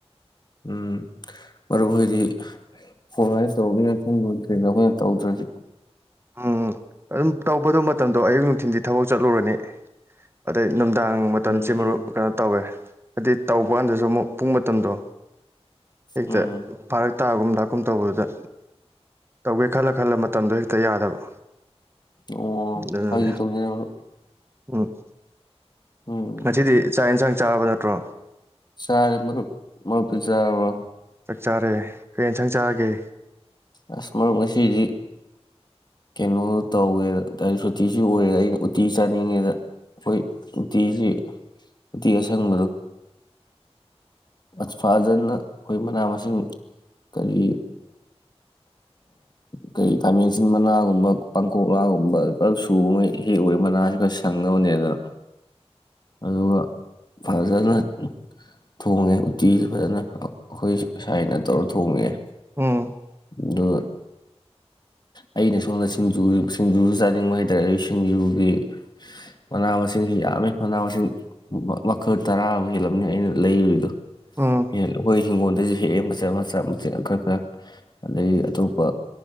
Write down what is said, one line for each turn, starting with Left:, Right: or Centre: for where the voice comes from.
Left: ꯎꯝ ꯃꯔꯨꯞ ꯍꯣꯏꯗꯤ ꯀꯣꯟꯃꯥꯏ ꯇꯧꯅꯤꯅ ꯈꯪꯠꯇꯦꯅ ꯑꯩꯈꯣꯏꯅ ꯇꯧꯗ꯭ꯔꯗꯤ
Right: ꯎꯝ ꯑꯗꯨꯝ ꯇꯧꯕꯗꯣ ꯃꯇꯝꯗꯣ ꯑꯌꯨꯛ ꯅꯨꯡꯊꯤꯟꯗꯤ ꯊꯕꯛ ꯆꯠꯂꯨꯔꯅꯤ ꯑꯗꯩ ꯅꯨꯡꯗꯥꯡ ꯃꯇꯝꯁꯤ
Left: ꯎꯝ
Right: ꯃꯔꯨꯞ ꯀꯩꯅꯣ ꯇꯧꯋꯦ ꯍꯥꯏꯗꯤ ꯇꯧꯕ ꯀꯥꯟꯗꯁꯨ ꯑꯃꯨꯛ ꯄꯨꯡ ꯃꯇꯝꯗꯣ ꯍꯦꯛꯇ
Left: ꯎꯝ
Right: ꯐꯥꯔꯛ ꯍꯞꯇꯥꯒꯨꯝꯗꯥꯛꯀꯨꯝ ꯇꯧꯕꯗꯨꯗ ꯇꯧꯒꯦ ꯈꯜꯂ ꯈꯜꯂ ꯃꯇꯝꯗꯣ ꯍꯦꯛꯇ ꯌꯥꯗꯕ
Left: ꯑꯣ
Right: ꯑꯗꯨꯅꯅꯦ
Left: ꯑꯩ ꯇꯧꯖꯦ ꯃꯔꯨꯞ
Right: ꯎꯝ
Left: ꯎꯝ
Right: ꯉꯁꯤꯗꯤ ꯆꯥꯛ ꯌꯦꯟꯁꯥꯡ ꯆꯥꯔꯕ ꯅꯠꯇ꯭ꯔꯣ
Left: ꯆꯥꯔꯦ ꯃꯔꯨꯞ ꯃꯔꯨꯞ ꯇꯤ ꯆꯥꯔꯕꯣ
Right: ꯆꯥꯛ ꯆꯥꯔꯦ ꯀꯩ ꯏꯟꯁꯥꯡ ꯆꯔꯒꯦ
Left: ꯑꯁ ꯃꯔꯨꯞ ꯉꯁꯤꯗꯤ ꯀꯩꯅꯣ ꯇꯧꯋꯦꯗ ꯁꯨꯇꯤꯁꯨ ꯑꯣꯏꯔꯦ ꯑꯩꯅ ꯎꯇꯤ ꯆꯥꯅꯤꯡꯉꯦꯗ ꯑꯩꯈꯣꯏ ꯎꯇꯤꯁꯤ ꯎꯇꯤ ꯑꯁꯪꯕꯗꯣ ꯑꯠꯐꯥꯖꯟꯅ ꯑꯩꯈꯣꯏ ꯃꯅꯥ ꯃꯁꯤꯡ ꯀꯔꯤ ꯀꯩ ꯈꯥꯃꯦꯟꯁꯤꯟ ꯃꯅꯥꯒꯨꯝꯕ ꯄꯥꯡꯀꯣꯛꯂꯥꯒꯨꯝꯕ ꯄꯨꯂꯞ ꯁꯨꯉꯩ ꯍꯦꯛꯎꯦ ꯃꯅꯥꯁꯤ ꯄꯨꯔ ꯁꯪꯗꯅꯕꯅꯦꯗꯅ ꯑꯗꯨꯒ ꯐꯖꯅ ꯊꯣꯡꯉꯦ ꯎꯠꯇꯤꯁꯤ ꯐꯖꯅ ꯍꯣꯏ ꯁꯥꯏꯅ ꯇꯧꯔ ꯊꯣꯡꯉꯦ
Right: ꯑꯣ
Left: ꯑꯗꯨ ꯑꯩꯅ ꯁꯣꯝꯗ ꯁꯤꯡꯖꯨ ꯁꯤꯡꯖꯨꯁꯨ ꯆꯥꯅꯤꯡꯕ ꯍꯥꯏ ꯇꯔꯦ ꯑꯩ ꯁꯤꯡꯖꯨꯒꯤ ꯃꯅꯥ ꯃꯁꯤꯡꯁꯤ ꯌꯥꯝꯃꯦ ꯃꯅꯥ ꯃꯁꯤꯡ ꯃꯈꯜ ꯇꯔꯥꯕꯨ ꯍꯦꯜꯂꯝꯅꯤ ꯑꯩꯅ ꯂꯩꯗꯣ
Right: ꯎꯝ
Left: ꯑꯩꯈꯣꯏ ꯍꯤꯡꯒꯣꯜꯗꯁꯨ ꯍꯦꯛꯑꯦ ꯃꯆꯥ ꯃꯆꯥ ꯃꯆꯦꯠ ꯈꯔ ꯈꯔ ꯑꯗꯒꯤ ꯑꯇꯣꯞꯄ